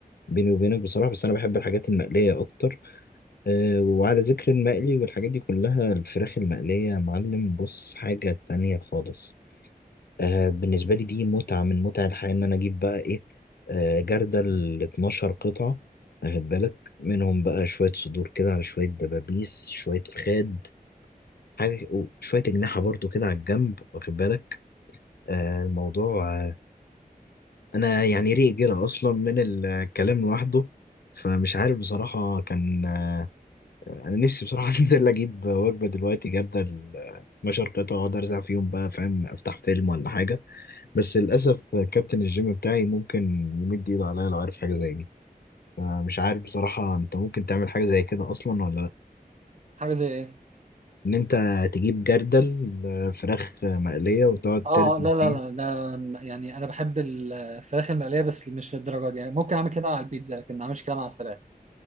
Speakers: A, on the left; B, on the right.
A: بيني وبينك بصراحه بس انا بحب الحاجات المقليه اكتر آه، وعلى ذكر المقلي والحاجات دي كلها الفراخ المقليه يا معلم بص حاجه تانية خالص آه بالنسبة لي دي متعة من متع الحياة إن أنا أجيب بقى إيه آه جردل ال 12 قطعة واخد بالك منهم بقى شوية صدور كده على شوية دبابيس شوية فخاد حاجة وشوية أجنحة برضو كده على الجنب واخد بالك آه الموضوع آه أنا يعني ريق جرى أصلا من الكلام لوحده فمش عارف بصراحة كان آه أنا نفسي بصراحة <laughs> أنزل أجيب وجبة دلوقتي جردل آه، 12 قطعة وأقعد أرزع فيهم بقى فاهم أفتح فيلم ولا حاجة بس للأسف كابتن الجيم بتاعي ممكن يمد إيده عليا لو عارف حاجة زي دي فمش عارف بصراحة أنت ممكن تعمل حاجة زي كده أصلا ولا لأ
B: حاجه زي ايه
A: إن أنت تجيب جردل آه، فراخ آه، مقلية وتقعد
B: اه
A: ترسم
B: آه، لا لا
A: فيه
B: لا لا يعني انا بحب الفراخ المقليه بس مش للدرجه دي يعني ممكن اعمل كده على البيتزا لكن ما اعملش كده مع الفراخ